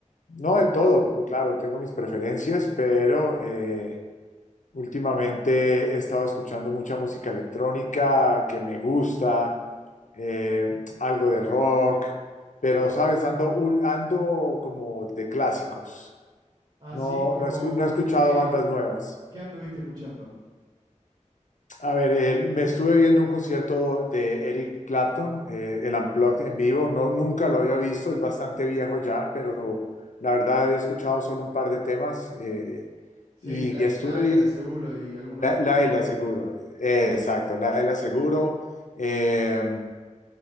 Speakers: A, on the left; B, on the right.
A: no de todo, pues claro, tengo mis preferencias, pero eh, últimamente he estado escuchando mucha música electrónica que me gusta, eh, algo de rock, pero sabes, ando, ul- ando como de clásicos.
B: Ah,
A: No,
B: sí, como,
A: no he escu- no
B: como
A: he escuchado
B: qué,
A: bandas nuevas.
B: qué anduviste escuchando.
A: A ver, el- me estuve viendo un concierto de Eric Clapton, eh, el Unplugged en vivo. No, nunca lo había visto, es bastante viejo ya, pero la verdad había escuchado solo un par de temas eh,
B: Sí,
A: y
B: la,
A: estuve
B: la Ayla
A: bien.
B: seguro y alguno
A: La,
B: que otro
A: la
B: más,
A: de la
B: ¿no?
A: Seguro, eh, exacto, la de la Seguro. Eh,